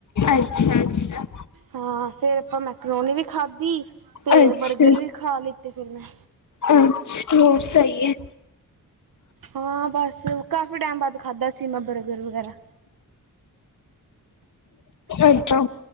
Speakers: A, on the left; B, on the right.
A: ਅੱਛਾ, ਅੱਛਾ।
B: ਹਾਂ ਫੇਰ ਆਪਾਂ ਮੈਕਰੋਨੀ ਵੀ ਖਾਧੀ ਤੇ
A: ਅੱਛਾ
B: ਬਰਗਰ ਵੀ ਖਾ ਲਿੱਤੇ ਫਿਰ ਮੈਂ।
A: ਅੱਛਾ ਹੋਰ ਸਹੀ ਹੈ
B: ਹਾਂ ਬਸ ਕਾਫੀ ਟਾਈਮ ਬਾਅਦ ਖਾਧਾ ਸੀ ਮੈਂ ਬਰਗਰ ਵਗੈਰਾ
A: ਅੱਛਾ